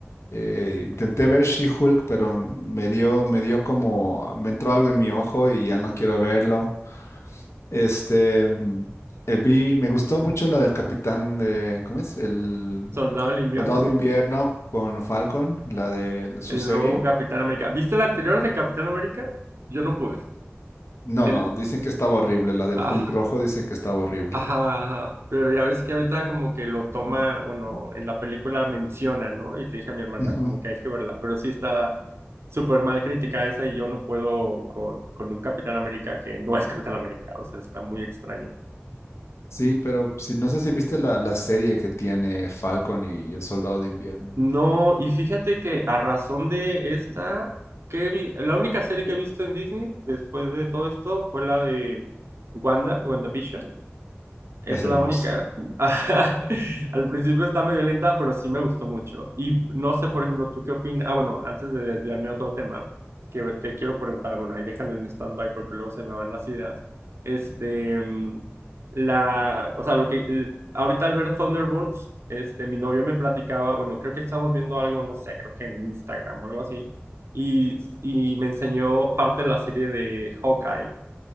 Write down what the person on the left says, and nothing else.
Eh, intenté ver She-Hulk, pero me dio, me dio como, me entró algo en mi ojo y ya no quiero verlo. Este, mm, eh, vi, me gustó mucho la del capitán de, ¿cómo es? El
soldado de invierno con Falcon, la de su
serie.
No,
no, dicen que estaba horrible. La del
Hulk rojo dicen que estaba horrible.
Ujú.
Sí, pero si, no sé si viste la, la serie que tiene Falcon y el soldado de invierno.
Es
hermosa.